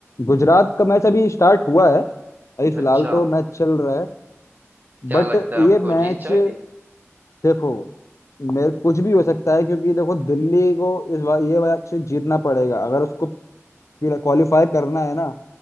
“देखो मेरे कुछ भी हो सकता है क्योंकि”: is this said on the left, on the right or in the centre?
Left